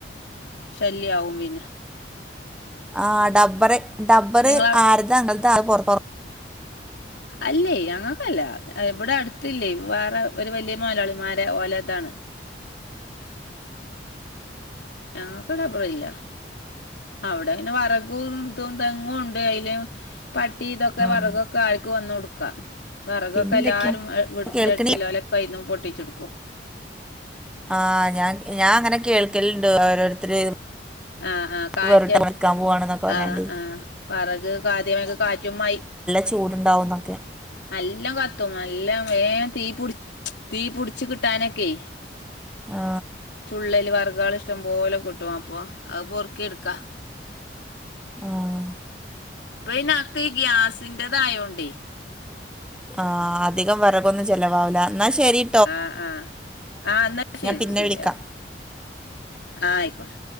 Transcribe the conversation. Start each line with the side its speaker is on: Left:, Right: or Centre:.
Left: ശല്യാവും പിന്നെ
Centre: ആ ഡബറ് ഡബറ്
Left: നിങ്ങള
Centre: ആര്താ ഇങ്ങൽത്ത് ആകെ പൊറത്തോ
Left: അല്ലേ അങ്ങൾക്കല്ല ഇബടെ അടുത്തില്ലേ വേറെ ഒരു വല്ല്യ മൊയ്ലാളിമാര ഓലെതാണ് ഞങ്ങക്ക് ഡബറില്ല അവിടെ അയിന് വറകും ഇതും തെങ്ങും ഇണ്ട് അയില് പട്ടി ഇതൊക്കെ വെറകൊക്കെ
Centre: ആ
Left: ആർക്കും വന്നു ഇടുക്കാം വെറകൊക്കെ
Centre: പിന്നെന്തൊക്കെയാ
Left: എല്ലാരും വീടിന്റെ
Centre: കേൾക്കണി
Left: അടുത്തുലൊലൊ കൈയിന്നും പൊട്ടിച്ചിടുക്കും
Centre: ആഹ് ഞാൻ ഞാൻ അങ്ങനെ കേൾക്കലുണ്ട് ഓരോരുത്തര്
Left: ആഹ് ആഹ് കാറ്റട്
Centre: വേറിട്ട വിളിക്കാൻ പോവാണെന്നൊക്കെ പറഞ്ഞാണ്ട്
Left: ആഹ് ആഹ് വെറക് കാദ്യമെക്കെ കാറ്റുമയ്
Centre: ചൂടുണ്ടാവുന്ന
Left: നല്ലോം കത്തും നല്ലോം വേം തീപുടി തീപുടിച്ച് കിട്ടാനൊക്കെ
Centre: ആ
Left: ചുള്ളല് വെറകള് ഇഷ്ടം പോലെ കിട്ടും അപ്പൊ അത് പൊറുക്കിടുക്കാ
Centre: ആഹ്
Left: പ്പൊ ഇയ്നാത്ത് ഈ ഗ്യാസിൻ്റെതായോണ്ടേ
Centre: ആ അധികം വെറകൊന്നും ചെലവാവില്ല ഇന്നാ ശരി
Left: ആഹ് ആഹ് ആഹ് എന്നാ ശരി
Centre: പിന്നെ
Left: ശരിയാ
Centre: വിളിക്കാം
Left: ആ ആയിക്കോട്ടെ